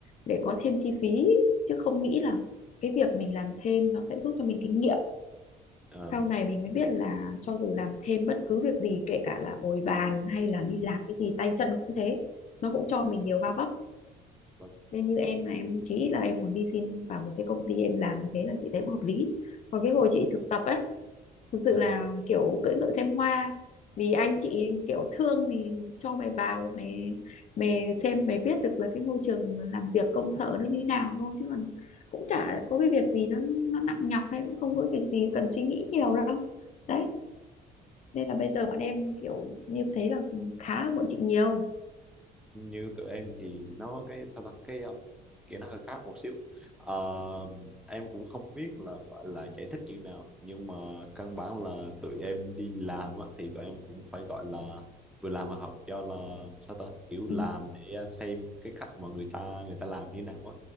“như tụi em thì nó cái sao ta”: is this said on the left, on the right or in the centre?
Centre